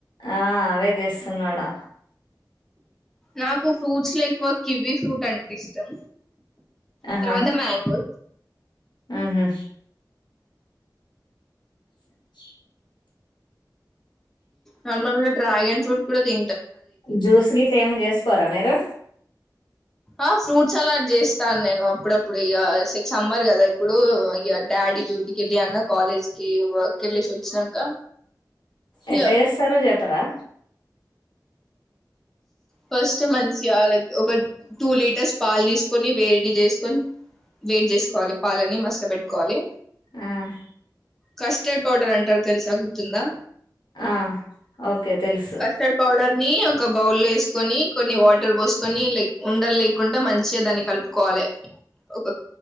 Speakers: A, on the left (about 75°); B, in the centre.
A: ఆ అవే తెస్తున్నాడా
B: నాకు ఫ్రూట్ లో ఎక్కో కివి ఫ్రూట్ అంటే ఇష్టం
A: ఆహా
B: తరువాత మాంగో
A: ఉహు <inaudible>
B: నార్మల్ డ్రగన్ ఫ్రూట్ కూడా తి
A: జ్యూస్ గ ఇట్లా ఏమ చేసుకోరాా మీరు
B: ఆ ఫ్రూట్స్ సలాడ్ చేస్తాను నేను అప్పుడప్పుడు ఇక సమ్మర్ కదా ఇప్పుడు డాడీ డ్యూటీకి వెళ్ళి అన్న కాలేజ్ కి వర్క్ వెెళ్ళసి వచ్చినాక ఇగ
A: ఎట్ల చేస్తారు చెప్పరా
B: ఫస్ట్ మంచిగా ఒక టూ లీటర్స్ పాలు తీసుకొని వేడి చేసుకొని వేడి చేసుకోవాలి పాలని మసలు పెట్టుకోవాలి
A: హ్మ్మ్
B: కస్టర్డ్ పౌడర్ అంటారు తెలుసా గుర్తుందా
A: ఆ ఓకే తెలుసు
B: కస్టర్డ్ పౌడర్ ని ఒక బౌల్లో లో వేసుకొని కొన్ని వాటర్ పోసుకొనిక్ ఉండలు లేకుండా మంచి దాన్ని కలుపుకోవాలి ఒక